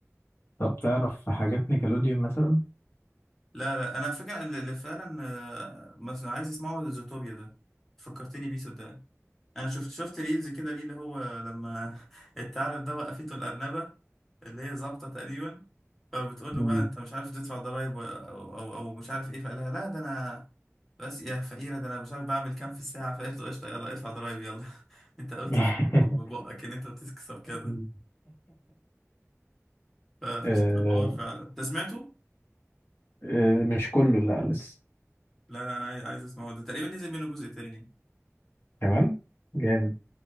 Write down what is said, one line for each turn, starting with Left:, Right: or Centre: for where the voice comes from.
Left: طب تعرف حاجات نيكلوديون مثلا
Centre: لا لا انا فاكر اللي اللي فعلا آه، مثلا عايز اسمعه زوتوبيا ده فكرتني بيه صدقني انا شفت شفت ريلز كده ليه اللي هو لما <laughs> الثعلب ده وقفته الارنبه اللي هي ظابطه تقريبا فبتقول له
Left: مم.
Centre: بقى انت مش عارف تدفع ضرايب و- او او او مش عارف ايه فقال لها لا ده انا بس يا فقيره ده انا مش عارف بعمل كام في الساعه فقالت له قشطه يلا ادفع ضرايب يلا <laughs> انت قلت
Left: <laughs>
Centre: في- ببقك ان انت بتكسب كده
Left: مم.
Centre: ف- فشكله
Left: آه
Centre: حوار فعلا انت سمعته؟
Left: آه مش كله لا لسه
Centre: لا لا انا عايز عايز اسمعه ده تقريبا نزل منه جزء تاني
Left: كمان جامد